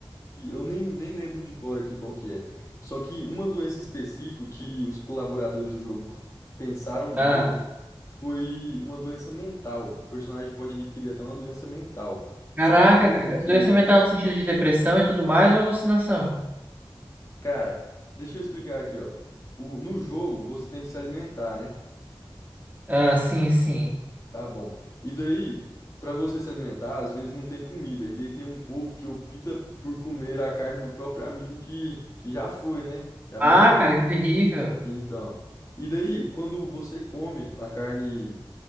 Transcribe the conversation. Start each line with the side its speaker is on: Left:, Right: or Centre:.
Left: Eu nem, nem lembro de cor aqui qual que é. Só que uma doença específica que os colaboradores do jogo pensaram muito
Right: Ah,
Left: foi uma doença mental. O personagem pode adquirir até uma doença mental.
Right: caraca,
Left: Sabe como
Right: ca-
Left: que
Right: doença mental no sentido de depressão e tudo mais ou alucinação?
Left: Cara, deixa eu explicar aqui, ó. O, no jogo você tem que se alimentar, né?
Right: Ah, sim, sim.
Left: Tá bom. E daí, pra você se alimentar, às vezes não tem comida. E daí tem um povo que opta por comer a carne do próprio amigo que, que já foi, né? Já
Right: Ah,
Left: morreu.
Right: cara, que terrível.
Left: Então. E daí, quando você come a carne